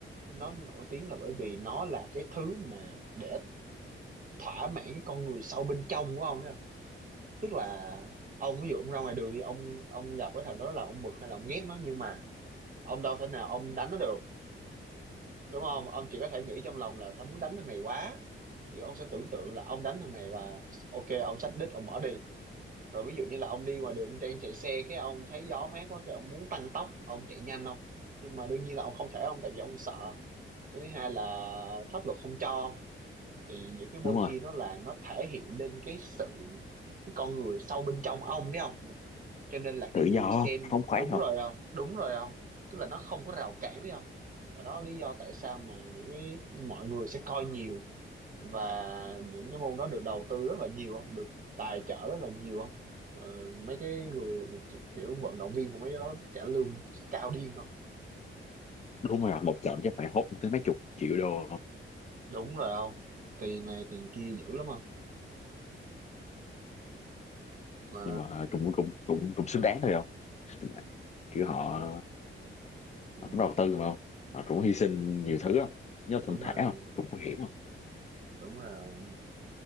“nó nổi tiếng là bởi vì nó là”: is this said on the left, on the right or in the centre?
Right